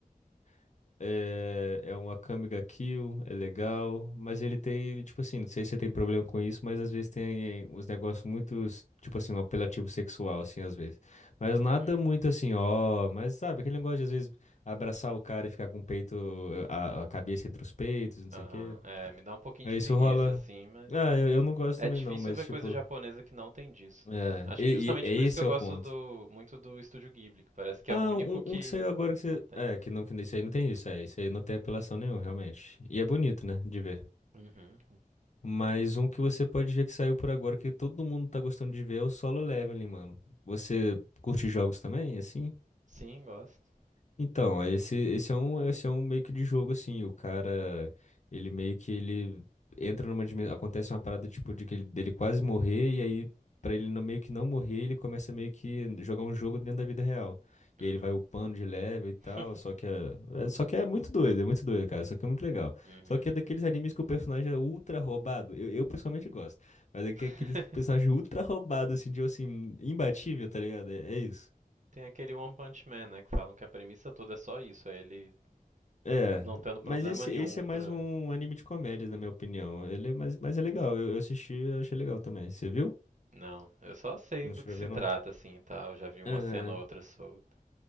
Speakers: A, on the left (about 55°); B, on the right (about 55°).
A: <clears throat> é, é uma Akame ga Kill, é legal, mas ele tem, tipo assim, não sei se você tem problema com isso, mas às vezes tem uns negócios muito, tipo assim, um apelativo sexual, assim, às vezes. Mas nada
B: Uhum.
A: muito assim, ó, mas sabe, aquele negócio de às vezes abraçar o cara e ficar com o peito, a, a cabeça entre os peitos, não sei
B: Aham.
A: o quê.
B: É, me dá um pouquinho
A: É,
B: de preguiça,
A: isso rola.
B: assim, mas.
A: Ah, eu, eu não gosto
B: É
A: também
B: difícil
A: não, mas
B: ver
A: tipo.
B: coisa japonesa que não tem disso,
A: É,
B: né? Acho
A: e,
B: que justamente
A: e- e
B: por isso
A: esse
B: que eu
A: é
B: gosto
A: o ponto.
B: do, muito do Estúdio Ghibli, que parece que
A: Ah,
B: é o único
A: um,
B: que
A: um que saiu agora que você.
B: não tem.
A: É, que não, que isso aí não tem isso, é. Isso aí não tem apelação nenhuma, realmente. E é bonito, né, de ver.
B: Uhum.
A: Mas um que você pode ver que saiu por agora que todo mundo tá gostando de ver é o Solo Leveling, mano. Você curte jogos também, assim?
B: Sim, gosto.
A: Então, esse, esse é um, esse é um meio que de jogo, assim, o cara, ele meio que ele entra numa dimensão, acontece uma parada, tipo, de que ele, dele quase morrer, e aí, pra ele não, meio que não morrer, ele começa meio que jogar um jogo dentro da vida real.
B: Uhum.
A: E aí ele vai upando de level e tal,
B: <laughs>
A: só que é, é- só que é muito doido, é muito doido, cara, só que é muito legal.
B: Uhum.
A: Só que é daqueles animes que o personagem é ultra roubado, eu, eu pessoalmente gosto, mas é que
B: <laughs>
A: é aqueles personagens ultra roubados, assim, de, assim, imbatível, tá ligado? é é isso.
B: Tem aquele One Punch Man, né? Que falam que a premissa toda é só isso, é ele
A: É,
B: não tendo problema
A: mas esse,
B: nenhum
A: esse é mais
B: pra.
A: um anime de comédias, na minha opinião. Ele é mais, mas é legal. Eu, eu assisti, eu achei legal também. Você viu?
B: Não, eu só sei
A: Não
B: do
A: chegou
B: que se
A: a ver,
B: trata,
A: não?
B: assim e tal. Já vi uma
A: Aham.
B: cena ou outra solta.